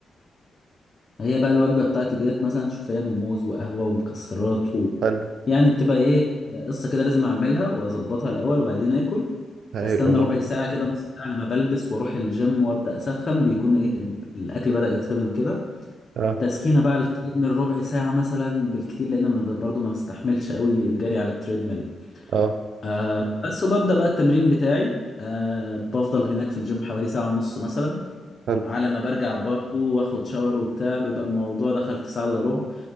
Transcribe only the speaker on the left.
هي بقى الوجبة بتاعتي ديت مثلا شوفان وموز وقهوة ومكسرات و...
يعني بتبقى ايه قصة كده لازم اعملها واظبطها الاول وبعدين اكل
استنى
ربع ساعة كده نص ساعة لما بلبس واروح الجيم وابدأ اسخن بيكون ايه ال- الاكل بدأ يتهضم كده
تسخينة بقى على التريدميل ربع ساعة مثلا بالكتير لان انا برضو ما بستحملش قوي الجري على التريدميل
آه بس وببدأ بقى التمرين بتاعي آه بفضل هناك في الجيم حوالي ساعة ونص مثلا
على ما برجع برضو واخد شاور وبتاع بيبقى الموضوع دخل في ساعة الا ربع